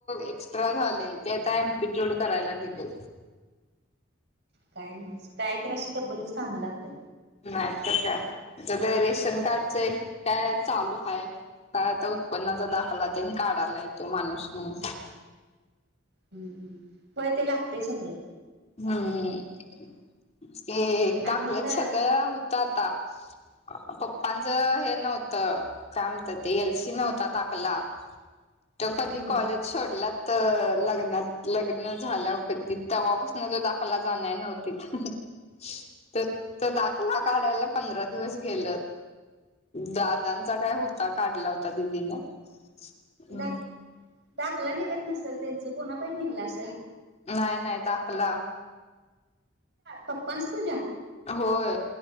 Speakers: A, on the left; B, on the right.
A: एक्स्ट्रा झाले. ते आता एमपिट्यूड करायला दिले.
B: काय न काय त्रासे डब्बलच कामं लागतात.
A: काय तर का म्हणे ते रेशन कार्डच काय चालू हाय. काय आता उत्पन्नाचा दाखला त्यानी काढ आलाय तो माणूस म्हणून.
B: हम्म हम्म हॊय ते लागतेय सगळं.
A: हम्म. ये दाखल्यात
B: आणि मग आता
A: सगळं होत आता. पप्पांचं हे नव्हतं काय म्हणत ते एल सी नव्हता दाकला. <unintelligible> त
B: हम्म
A: कधी कॉलेज सोडलात लग्नात लग्न झालं कधी तेव्हा पास माझा दाखला जानाय नव्हतीत त त दाखला काढायला पंधरा दिवस गेलत. दादांचा काय होता काढला होता दिदीन हम्म.
B: दाख दाखला निघत नसेल त्यांचं बोनाफाईट निघला असल.
A: नाही नाही दाखला
B: पप्पांच तुझ्या.
A: होय